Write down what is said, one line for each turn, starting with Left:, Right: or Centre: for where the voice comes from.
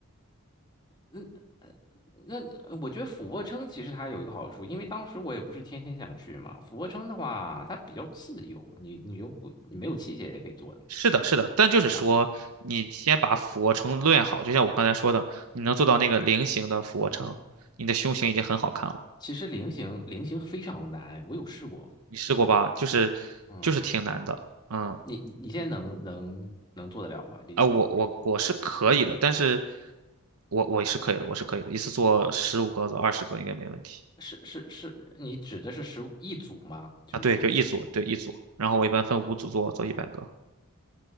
Left: <laughs> 那那呃我觉得俯卧撑其实它有一个好处，因为当时我也不是天天想去嘛。俯卧撑的话，它比较自由，你你又不你没有器械也可以做的嘛，
Right: 是的，是的，但就是说，
Left: 对吧？
Right: 你先把俯卧撑练好，就像我刚才说的，你能做到那个菱形的俯卧撑，
Left: 嗯，
Right: 你的胸型已经很好看了。
Left: 其实菱形菱形非常难，我有试过。
Right: 你试过吧？就是
Left: 嗯，
Right: 就是挺难的，嗯，
Left: 你你你现在能能能做得了吗？菱形俯卧撑？
Right: 啊，我我我是可以的，但是我我是可以的，我是可以的，一次做十五个做二十个应该没问题
Left: 是是是，你指的是十五一组吗？就是一次
Right: 啊。对，就一组，对一组，然后我一般分五组做，做一百个